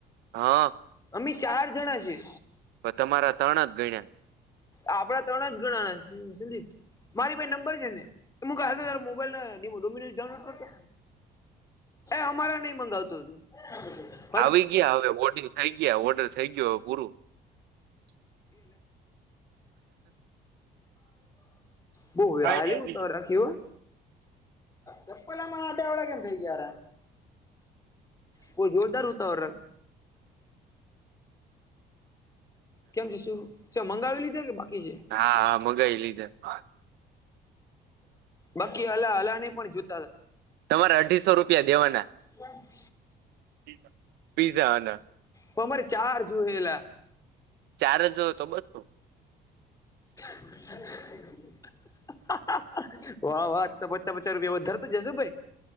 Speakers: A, on the right; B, on the left.
A: હા
B: અમે ચાર જણા છીએ
A: તો તમારા ત્રણ જ ગણ્યા.
B: આપડા ત્રણ જ ગણા સંદીપ. મારી ભાઈ નંબર છે ને એ ક મોબાઈલ ડોમિનોઝ ડાઉનલોડ કરતો. અમારે નહી મંગાવતું હતું.
A: આવી
B: બહ
A: કઈ
B: હલેવું
A: નઈ બીજું
B: ત રાખ <inaudible> તો પેલા માં આટ્યા વડા કેમ થઇ ગયા? <unintelligible> કો જોરદાર હોતા હો કેમ છે શું છે મંગાવી લીધે કે બાકી છે.
A: હા હા મગઈ લીધા
B: બાકી અલા અલા પણ જોુતા હતા. <unintelligible>
A: તમારે અઢીસો રૂપિયા દેવાના.
B: વાચ.
A: પઝ પીઝા હ ના. <unintelligible>
B: પમર ચાર જોુએેલા. <unintelligible>
A: ચારજ હોય તો બસ.
B: <unintelligible> વાહ વાહ તો પચા પચા રૂપિયા વધારે તો જશો ભાઈ.